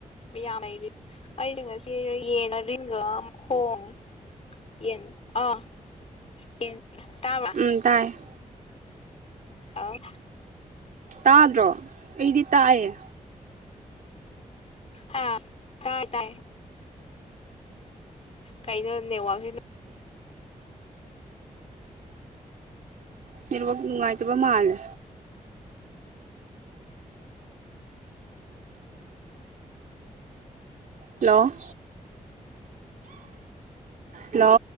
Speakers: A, on the left (about 45°); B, on the right (about 65°).
A: ꯃꯌꯥꯝ ꯂꯩꯔꯤ ꯑꯩ ꯉꯁꯤ ꯌꯦꯟ ꯃꯔꯤꯟꯒ ꯃꯈꯣꯡ ꯌꯦꯟ ꯑꯥ ꯌꯦꯟ ꯇꯥꯕ꯭ꯔꯥ
B: ꯎꯝ ꯇꯥꯏ
A: ꯍꯥꯎ
B: ꯇꯥꯗ꯭ꯔꯣ ꯑꯩꯗꯤ ꯇꯥꯏꯌꯦ
A: ꯍꯥ ꯇꯥꯏ ꯇꯥꯏ ꯀꯩꯅꯣ ꯅꯦꯠꯋꯥꯛꯁꯤ
B: ꯅꯦꯠꯋꯥꯛ ꯅꯨꯡꯉꯥꯏꯇꯕ ꯃꯥꯜꯂꯦ ꯍꯜꯂꯣ ꯍꯜꯂꯣ